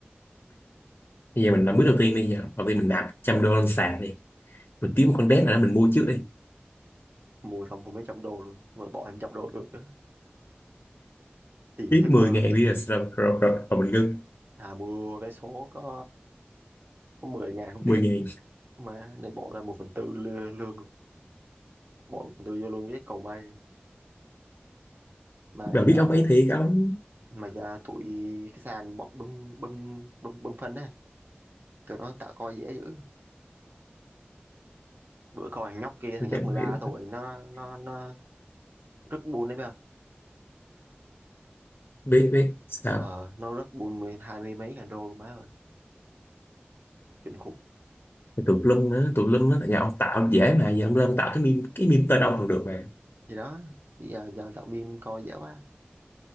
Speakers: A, on the left (about 60°); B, on the right (about 60°).
A: bây giờ mình làm bước đầu tiên đi giờ đầu tiên mình nạp trăm đô lên sàn đi mình kiếm một con đét nào đó mình mua trước đi
B: mua xong không mấy trăm đô luôn mà bỏ thêm trăm đô được nữa tìm
A: ít
B: giấc
A: 10
B: mơ
A: ngàn đi rồi, rồi, rồi, rồi, rồi mình ngưng
B: thà mua vé số có có mười ngàn không
A: mười
B: tiếc
A: ngàn
B: mà này bỏ ra một phần tư lương, lương bỏ một phần tư vô lương cái cầu may mà
A: bà
B: giờ
A: biết ông ấy thiệt ông
B: mà giờ tụi cái sàn bọn bơm bơm bơm bơm phân đấy tụi nó tạo coi dễ dữ bữa coi thằng nhóc kia thằng nhóc
A: chẳng
B: mười
A: hiểu
B: ba tuổi nó nó nó rất buôn đấy bây giờ
A: biết biết sao
B: ờ nó rất buôn mười hai mươi mấy ngàn đô luôn má ơi kinh khủng
A: tụi lum á tụi lum á tại nhà ông tạo dễ mà giờ ông lên ông tạo cái meme cái meme tên ông còn được mà
B: thì đó bây giờ giờ đạo meme coi dễ quá